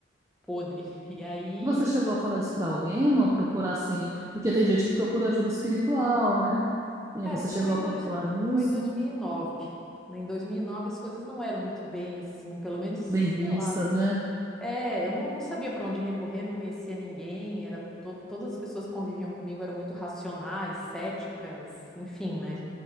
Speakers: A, in the centre; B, on the right (about 15°).
A: podre, <laughs> e aí
B: Você chegou a falar isso pra alguém? Não procurar assim? Porque tem gente que procura ajuda espiritual, né? E
A: Cara,
B: aí você
A: isso
B: chegou
A: foi em,
B: a
A: dois,
B: falar isso?
A: foi em 2009. né? Em 2009 as coisas não eram muito bem assim, pelo menos,
B: Bem vistas,
A: sei lá.
B: né?
A: É, eu não, não sabia para onde recorrer, não conhecia ninguém, era to- todas as pessoas que conviviam comigo eram muito racionais, céticas, enfim, né?